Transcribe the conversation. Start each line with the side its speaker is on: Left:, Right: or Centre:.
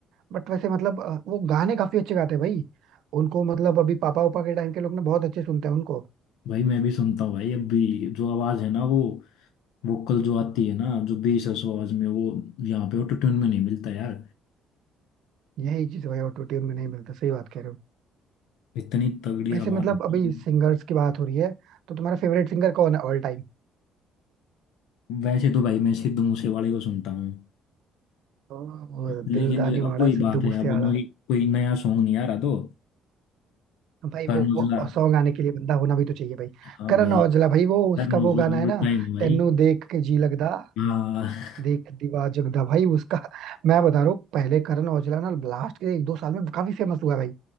Right: बट वैसे मतलब अ, वो गाने काफी अच्छे गाते हैं भाई उनको मतलब अभी पापा उपा के टाइम के लोग ना बहुत अच्छे सुनते हैं उनको
Left: भाई मैं भी सुनता हूँ भाई अब भी जो आवाज है ना वो वोकल जो आती है ना जो बेस है उस आवाज में वो यहाँ पे ऑटोट्यून में नहीं मिलता यार
Right: यही चीज भाई ऑटो ट्यून में नहीं मिलता सही बात कह रहे हो
Left: इतनी तगड़ी
Right: वैसे
Left: आवाज
Right: मतलब
Left: है
Right: अभी
Left: ना।
Right: सिंगर्स की बात हो रही है तो तुम्हारा फेवरेट सिंगर कौन है ऑल टाइम
Left: वैसे तो भाई मैं सिद्धू मूसेवाले को सुनता हूँ
Right: वो
Left: लेकिन
Right: दिलदानी
Left: अब
Right: वाड़ा
Left: वही
Right: सिद्धू
Left: बात है
Right: मूसेवाला
Left: अब नई कोई नया सॉन्ग नहीं आ रहा तो
Right: भाई
Left: करण
Right: वो,
Left: औजला
Right: वो सॉन्ग गाने के लिए बंदा होना भी तो चाहिए भाई
Left: हाँ
Right: करण
Left: भाई
Right: औजला भाई वो उसका
Left: करण औजला
Right: वो गाना
Left: ऑल
Right: है ना
Left: टाइम है भाई
Right: तेनू देख के जी लगदा
Left: हाँ
Right: देख दीवा जगदा भाई उसका मैं बता रहा हूँ पहले करण औजला ना लास्ट के एक दो साल में काफी फेमस हुआ है भाई